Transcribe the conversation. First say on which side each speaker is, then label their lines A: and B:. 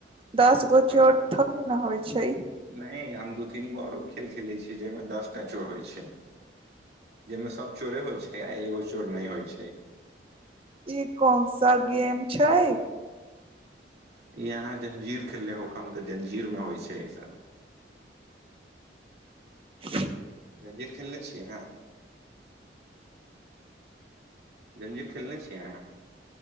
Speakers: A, on the right; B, on the right.
A: दश गोछी
B: हँ
A: ओर थोड़े ने होई छै
B: नहि हम दू तीन गो आरो खेल खेलैत छी जाहि मे दस टा चोर होई छै जाहिमे सभ चोरे होइ छै आ एगो चोर नहि होइ छै
A: ई कोन सा गेम छै।
B: यहाँ जञ्जीर खेलले होक हम तऽ जञ्जीरमे होइ छै अइसन।
A: ह।
B: जांजिर खेलले छियै अहाँ जंजिर खेलने छियै अहाँ।